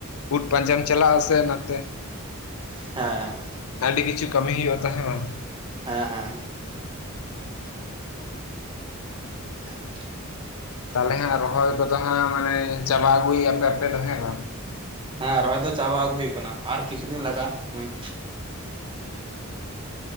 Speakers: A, on the left; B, on the right.
A: ᱩᱫᱽ ᱯᱟᱸᱡᱟᱢ ᱪᱟᱞᱟᱜ ᱟᱥᱮ ᱱᱟᱛᱮ
B: ᱦᱮᱸ᱾
A: ᱟᱹᱰᱤ ᱠᱤᱪᱷᱩ ᱠᱟᱹᱢᱤ ᱦᱩᱭᱩᱜᱼᱟ, ᱛᱟᱦᱮᱸ ᱵᱟᱝ?
B: ᱦᱮᱸ ᱦᱮᱸ᱾ <inaudible>
A: ᱛᱟᱦᱚᱞᱮ ᱦᱟᱸᱜ ᱨᱚᱦᱚᱭ ᱠᱚᱫᱚ ᱦᱟᱸᱜ ᱢᱟᱱᱮ ᱪᱟᱵᱟ ᱟᱹᱜᱩᱭ ᱟᱯᱮ ᱦᱮᱸ ᱵᱟᱝ?
B: ᱦᱮᱸ ᱨᱚᱦᱚᱭ ᱫᱚ ᱪᱟᱵᱟ ᱟᱹᱜᱩ ᱦᱩᱭᱩᱜ ᱠᱟᱱᱟ ᱟᱨ ᱠᱤᱪᱷᱩ ᱫᱤᱱ ᱞᱟᱜᱟᱜᱼᱟ ᱦᱚᱸᱭ